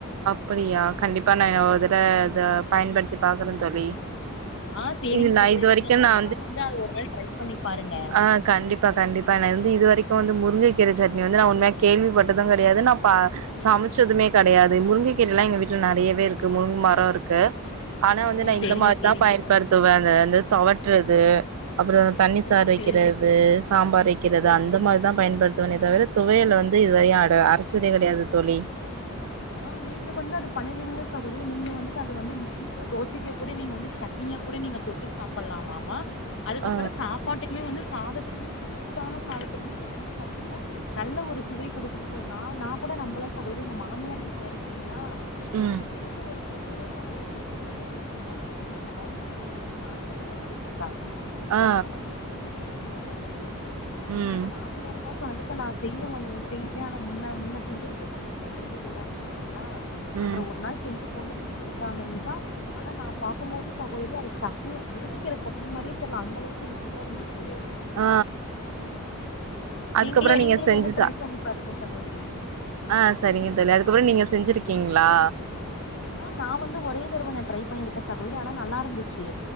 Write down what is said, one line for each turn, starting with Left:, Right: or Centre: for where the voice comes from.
Right: அப்படியா கண்டிப்பா நா ஒரு தட இத பயன்படுத்தி பாக்கறந் தோழி
Left: ஆ சேரிங்
Right: இது நா
Left: சகோதிரி
Right: இது வரைக்கு
Left: நீங்க கண்டிப்பா
Right: நா
Left: வந்து அது ஒரு நாள் ட்ரை பண்ணி பாருங்க
Right: ஆ கண்டிப்பா கண்டிப்பா நா வந்து இது வரைக்கு வந்து முருங்கை கீர சட்னி வந்து நா உண்மையா கேள்விப்பட்டது கெடையாது நா பா சமச்சதுமே கெடையாது முருங்கைக்கீரைலா எங்க வீட்ல நெறையவே இருக்கு முருங் மரோ இருக்கு ஆனா வந்து
Left: ஓ
Right: நா
Left: சேரிங்க
Right: இந்த மார்தா
Left: சேரிங்க
Right: பயன்படுத்துவே
Left: ச
Right: அத வந்து தொவட்றது அப்புறம் தண்ணி
Left: ஓ
Right: சார் வெக்கறது
Left: சேரிங்க
Right: சாம்பார் வெக்கறது
Left: ஓ
Right: அந்த மார் தா பயன்படுத் துவனே தவிர துவையல வந்து இதுவரையு அட அரச்சதே கெடையாது தோழி
Left: ஆ நீங்க வந்து அது பண்ணிங்கனா சகோதிரி நீங்க வந்துட் அது வந்து இட்லிக்கோ தோசைக்கோ கூட நீங்க வந்து சட் னீயா கூட நீங்க தொட்டு சாப்பல்லாமாமா அதுக்கப்பரோ
Right: ஆ,
Left: சாப் பாட்டுக்குமே வந்து சாதத்துக்குமே நீங்க சூடான சாதத்துக்குமே பெசஞ்சு சாப்ட்டீங்ன நல்ல ஒரு சுவை குடுக்குது சொல்லி நா நா கூட நம்பள சகோதரி எங்க மாமியார் வீட் தெரிதுங்ளா
Right: ம்,
Left: எனக்குப் தெரிஞ்சு ஒரு பொண்ணுதா சகோதிரி சொன்ன முருங்கக்கீரில சட்னி செஞ்சா நல்லாருக்குமாடி வேண நீ சாப்ட்ருக்யான் கேட்ருக்கா
Right: ஆ,
Left: நா வந்து சாப்ட்டதிலேன் சொன்ன சகோதிரி
Right: ம்,
Left: அப்பற எங்க மாமியார் தா <unintelligible> அதுக்கு நா செய்வே வந் செய்வே ஆனா முன்ன முன்ன செஞ்சிருக்க சாமி இப்ப செஞ்சதில்ல அப்டின்னாங்களா
Right: ம்,
Left: அப்புற ஒரு நாள் செஞ்சு கொண்டு வந்து குடுத்தாங்கங்கா ஆனா நா பாக்கும் போது சகோதிரி அது சட்னி முருங்கக்கீர சட்னி மாரியே தெர்ல அந்த அளவுக்கு ருசியா இருந்துச்சு
Right: ஆ. அதுக்கப்புறம்
Left: நீங்களு
Right: நீங்க
Left: நீங்களும்
Right: செஞ்சு
Left: வேணுனா ட்ரை
Right: சா
Left: பண்ணி பாருங்க சகோதிரி
Right: ஆ செரிங்க தோழி அதுக்கப்புறோ நீங்க செஞ்சிருக்கீங்ளா
Left: ஆ நா வந்து ஒரே தரவ நா ட்ரை பண்ணிருக்கே சகோதிரி ஆனா நல்லா இருந்துச்சு